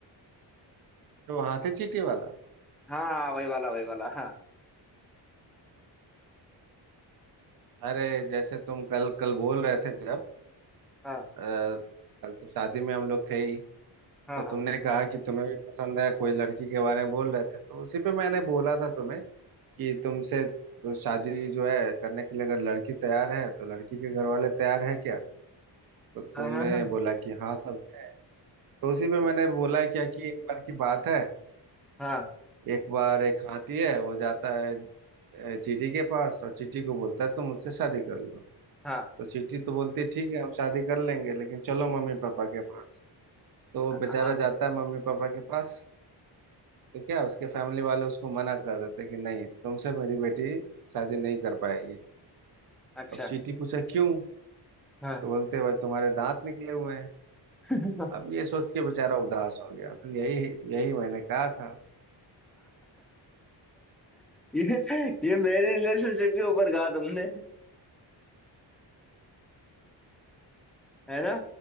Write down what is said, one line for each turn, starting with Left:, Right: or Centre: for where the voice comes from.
Right: तो हाथे चींटी वाला
Centre: हाँ हाँ हाँ, वही वाला वही वाला हाँ
Right: अरे जैसे तुम कल कल बोल रहे थे जब
Centre: हाँ
Right: आ, कल तो शादी में हम लोग थे ही
Centre: हाँ
Right: तो तुमने कहा कि तुम्हें भी पसंद है कोई लड़की के बारे में बोल रहे थे तो उसी पे मैंने बोला था तुम्हें कि तुमसे शादी जो है करने के लिए अगर लड़की तैयार है तो लड़की के घर वाले तैयार है क्या तो तुमने
Centre: हाँ हाँ हाँ हाँ
Right: बोला कि हाँ सब है तो उसी पे मैंने बोला क्या कि एक बार की बात है
Centre: हाँ
Right: एक बार एक हाथी है वो जाता है अ, चीटी के पास और चीटी को बोलता है तुम मुझसे शादी कर लो
Centre: हाँ
Right: तो चीटी तो बोलती है ठीक है हम शादी कर लेंगे लेकिन चलो मम्मी पापा के पास तो वो
Centre: हाँ
Right: बेचारा
Centre: हाँ,
Right: जाता है मम्मी पापा के पास तो क्या उसके फैमिली वाले उसको मना कर देते हैं कि नहीं तुमसे मेरी बेटी शादी नहीं कर पाएगी
Centre: अच्छा
Right: अब चीटी पूछा क्यों
Centre: हाँ
Right: तो बोलते भाई तुम्हारे दांत निकले हुए हैं
Centre: <laughs>
Right: अब ये सोच के बेचारा उदास हो गया तो यही यही मैंने कहा था
Centre: ये ये मेरी रिलेशनशिप के ऊपर कहा तुमने है ना